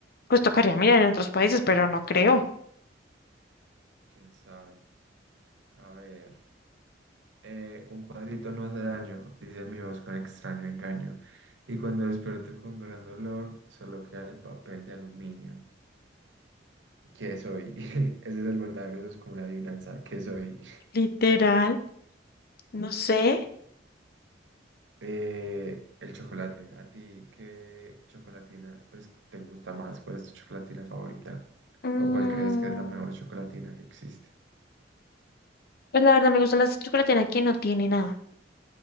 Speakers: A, on the left (about 55°); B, on the right (about 75°).
A: pues tocaría mirar en otros países, pero no creo.
B: quién sabe, a ver. eh, un cuadrito no hace daño, dice mi voz con extraño engaño. Y cuando desperto con gran dolor, solo queda el papel de aluminio. ¿Qué soy? <laughs> Ese es el verdadero, eso es como una adivinanza. ¿Qué soy? <laughs>
A: Literal. No sé.
B: Eh, el chocolate. ¿A ti qué chocolatina pues, te gusta más? ¿Cuál es tu chocolatina favorita?
A: Mm,
B: ¿O cuál crees que es la mejor chocolatina que existe?
A: pues la verdad me gusta la chocolatina que no tiene nada.